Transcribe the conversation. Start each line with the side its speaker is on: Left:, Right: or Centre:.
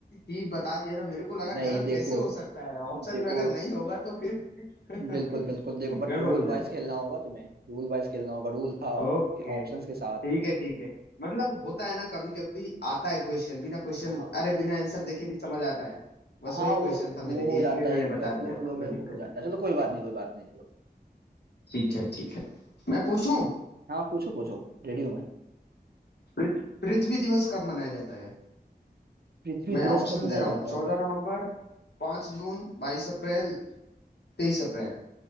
Left: ही बता दिया था मेरे को लगा
Right: नहीं
Left: गलत
Right: देखो
Left: कैसे हो सकता है ऑप्शन
Right: देखो
Left: में अगर नहीं होगा तो फिर <laughs>
Right: बिल्कुल बिल्कुल देखो
Left: गड़बड़
Right: बट रूल
Left: हो जाएगा
Right: वाइज खेलना होगा तुम्हें रूल वाइज खेलना होगा रूल था
Left: ओके
Right: कि ऑप्शंस
Left: ठीक
Right: के साथ
Left: है ठीक है मतलब होता है ना कभी कभी आता है क्वेश्चन बिना क्वेश्चन
Right: हाँ
Left: अरे बिना आंसर देखे भी समझ आता है बस
Right: हाँ
Left: वही
Right: वो
Left: क्वेश्चन था
Right: वो
Left: मेरे लिए
Right: हो जाता
Left: इसलिए
Right: है
Left: मैंने
Right: एक
Left: बता दिया
Right: फ्लो फ्लो
Left: कोई
Right: में हो
Left: दिक्कत
Right: जाता है चलो कोई बात नहीं कोई बात नहीं चलो
Left: नहीं ठीक है ठीक है मैं पूछूं
Right: हाँ पूछो पूछो रेडी हूँ मैं
Left: पृथ- पृथ्वी दिवस कब मनाया जाता है
Right: पृथ्वी
Left: मैं
Right: दिवस
Left: ऑप्शन
Right: कब मनाया
Left: दे रहा हूँ
Right: जाता
Left: चौदह नवंबर पांच जून बाईस अप्रैल तेईस अप्रैल